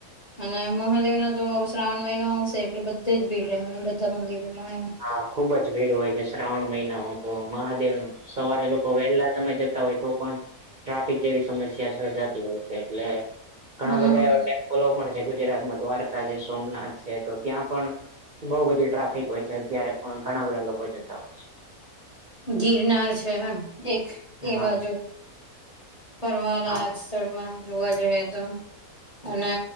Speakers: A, on the left (about 35°); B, on the right (about 50°).
A: અને મહાદેવના તો શ્રાવણ મહિનો આવશે એટલે બધે જ ભીડ રહેવાની બધા મંદિરોમાં એમ.
B: હા, ખુબ જ ભીડ હોય છે શ્રાવણ મહિનામાં તો મહાદેવ ના સવારે લોકો વહેલા તમે જતા હોય તો પણ ટ્રાફિક જેવી સમસ્યા સર્જાતી હોય છે એટલે ઘણા
A: હમ
B: બધા એવા ટેમ્પોલો પણ જે ગુજરાતમાં દ્વારકા છે સોમનાથ છે તો ત્યાં પણ બહુ બધી ટ્રાફિક હોય છે ત્યારે પણ ઘણા બધા લોકો જતા હોય છે
A: ગિરનાર છે એક તે
B: હા
A: બાજુ ફરવાલાયક
B: હા
A: સ્થળમાં જોવા જઈએ તો અને